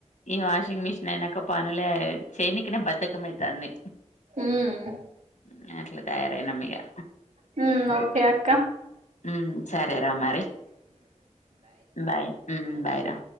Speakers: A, on the left; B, on the right.
A: ఈ వాష్ వాషింగ్ మిషన్ అయినాక పనులే చేయనికినే బద్ధకం అయితాంది.
B: ఉమ్
A: నే అట్ల తయారైనమిగా
B: హ్మ్ ఓకే అక్క
A: ఉమ్ సరేరా మరీ, బాయ్ ఉమ్ బాయ్ రా.